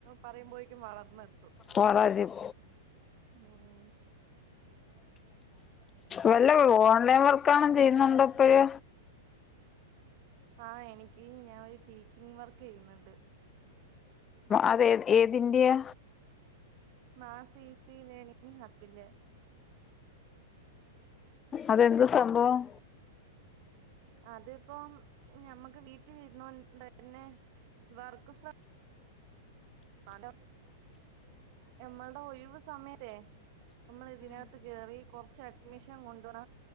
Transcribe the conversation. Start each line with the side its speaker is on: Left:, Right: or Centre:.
Right: പറയുമ്പോഴേക്കും വളർന്നെത്തും.
Left: കോറാജിം.
Right: ഉം
Left: വല്ല ഓൺലൈൻ വർക്കാണെ ചെയ്യുന്നുണ്ടൊ ഇപ്പഴ്.
Right: ആഹ് എനിക്ക് ഞാനൊര് ടീച്ചിങ് വർക്ക് ചെയ്യ്ന്ന്ണ്ട്.
Left: അത് ഏത് ഏതിന്റ്യാ.
Right: മാസ് ഈസി ലേണിങ് ഹബിന്റെ.
Left: അതെന്ത് സംഭവം.
Right: അതിപ്പം ഞമ്മക്ക് വീട്ടിലിരുന്നോണ്ടെന്നെ വർക്ക് ഫ്രം ആലം ഞമ്മൾടെ ഒഴിവ് സമയതെ. നമ്മൾ ഇതിനകത്ത് കേറി കൊറച്ച് അഡ്മിഷൻ കൊണ്ടുവ